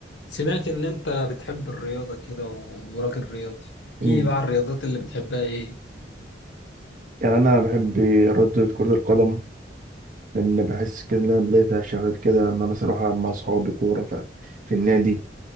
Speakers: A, on the left; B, on the right.
A: سمعت إن أنت بتحب الرياضة كده و- وراجل رياضي، احكي
B: مم.
A: لي بقى عن الرياضات اللي بتحبها إيه؟
B: يعني انا بحب رياضة كرة القدم لان بحس كده ان انا بلاقي فيها شغف كده لما مثلا اروح العب مع اصحابي كورة ف- في النادي